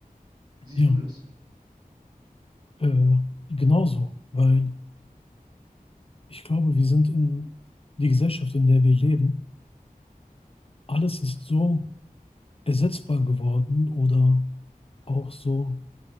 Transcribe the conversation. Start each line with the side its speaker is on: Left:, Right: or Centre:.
Right: Wie siehst
Left: ja.
Right: du das?
Left: Äh, genauso, weil ich glaube, wir sind in die Gesellschaft, in der wir leben, alles ist so ersetzbar geworden oder auch so